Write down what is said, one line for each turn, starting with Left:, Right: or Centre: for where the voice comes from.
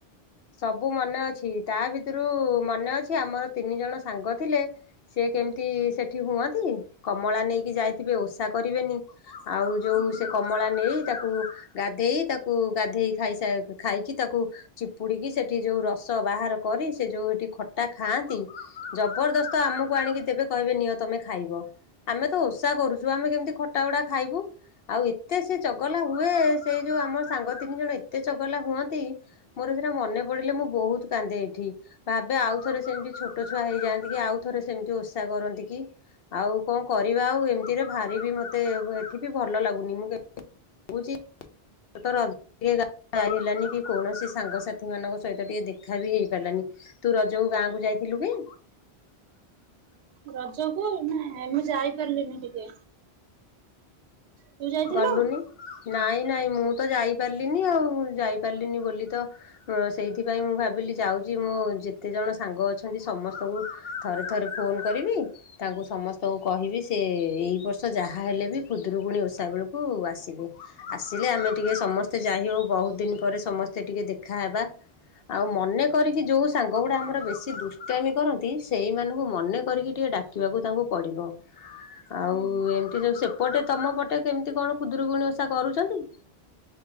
Left: ସବୁ ମନେ ଅଛି ତା ଭିତରୁ ମନେ ଅଛି ଆମର ତିନି ଜଣ ସାଙ୍ଗ ଥିଲେ। ସେ କେମିତି ସେଠି ହୁଅନ୍ତି କମଳା ନେଇକି ଯାଇଥିବେ ଓଷା କରିବେନି। ଆଉ ଯୋଉ
Right: ହୁଁ
Left: ସେ କମଳା ନେଇ ତାକୁ ଗାଧେଇ ତା କୁ ଗାଧେଇ ଖାଇସା ଖାଇକି ତାକୁ ଚିପୁଡ଼ି କି ସେଠି ଯୋଉ ରସ ବାହାର କରି ସେ ଯୋଉ ହେଠି ଖଟା ଖାଆନ୍ତି। ଜବରଦସ୍ତ ଆମକୁ ଆଣିକି ଦେବେ କହିବେ ନିଅ ତମେ ଖାଇବ। ଆମେ ତ ଓଷା କରୁଛୁ ଆମେ କେମିତି ଖଟା ଉଡ଼ା ଖାଇବୁ? ଆଉ ଏତେ ସେ ଚଗଲା ହୁଏ। ସେଇ ଯୋଉ ଆମ ସାଙ୍ଗ ତିନି ଜଣ ଏତେ ଚଗଲା ହୁଅନ୍ତି। ମୋର ସେଟା ମନେ ପଡିଲେ ମୁଁ ବହୁତ କାନ୍ଦେ ଏଠି। ଭାବେ ଆଉ ଥରେ ସେମତି ଛୋଟ ଛୁଆ ହେଇଯାଆନ୍ତି କି ଆଉ ଥରେ ସେମିତି ଓଷା କରନ୍ତି କି? ଆଉ କଣ କରିବା ଆଉ ଏମିତିରେ ଭାରି ବି ମତେ ଏଠି ବି ଭଲ ଲାଗୁନି ମୁଁ ପୁଚି ତ <unintelligible> ଟିକେ ଗା ଯାଇହେଲାନି କି କୌଣସି ସାଙ୍ଗସାଥି ମାନଙ୍କ ସହିତ ଟିକେ ଦେଖା ବି ହେଇପାରିଲାନି। ତୁ ରଜକୁୁ ଗାଁକୁୁ ଯାଇଥିଲୁ କି?
Right: ରଜ କୁ ନାଇ ମୁଁ ଯାଇପାରିଲିନି ଟିକେ। ତୁ ଯାଇଥିଲୁ?
Left: ଗଲୁନି ନାଇଁ ନାଇଁ ମୁଁ ତ ଯାଇପାରିଲିନି ଆଉ ଯାଇପାରିଲିନି ବୋଲି ତ ହ ସେଇଥିପାଇଁ ମୁଁ ଭାବିଲି ଯାଉଛି ମୋ ଯେତେ ଜଣ ସାଙ୍ଗ ଅଛନ୍ତି ସମସ୍ତଙ୍କୁ ଥରେ ଥରେ ଫୋନ୍ କରିବି ତାଙ୍କୁ ସମସ୍ତଙ୍କୁ କହିବି ସେ ଏଇ ବର୍ଷ ଯାହା ହେଲେ ବି ଖୁଦରୁକୁୁଣୀ ଓଷା ଓଷା ବେଳକୁ ଆସିବୁ। ଆସିଲେ ଆମେ ଟିକେ ସମସ୍ତେ ଯାଇ ହଉ ବହୁତ ଦିନ ପରେ ସମସ୍ତେ ଟିକେ ଦେଖାହବା। ଆଉ ମନେ କରିକି ଯୋଉ ସାଙ୍ଗ ଗୁଡା ଆମର ବେଶୀ ଦୁଷ୍ଟ ଆମି କରନ୍ତି ସେଇମାନଙ୍କୁ ମନେ କରିକି ଟିକେ ଡା କିବାକୁ ତାଙ୍କୁ ପଡ଼ିବ। ଆଉ
Right: ହୁଁ
Left: ଏମିତି ଯୋଉ ସେପଟେ ତମ ପଟେ କେମିତି କଣ ଖୁଦରୁକୁୁଣୀ ଓଷା କରୁଛନ୍ତି?